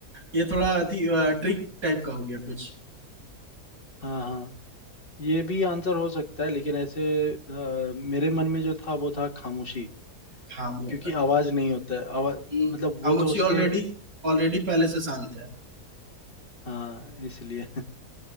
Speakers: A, on the right; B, on the left.
A: ये थोड़ा ट्रिक टाइप का हो गया कुछ
B: हाँ हाँ ये भी आंसर हो सकता है लेकिन ऐसे अ, मेरे मन में जो था वो था खामोशी
A: खामो
B: क्योंकि आवाज नहीं होता है आवाज
A: हम्म,
B: मतलब
A: खामोशी
B: वो तो उसके
A: ऑलरेडी ऑलरेडी पहले से शांत है
B: हाँ इसलिए <laughs>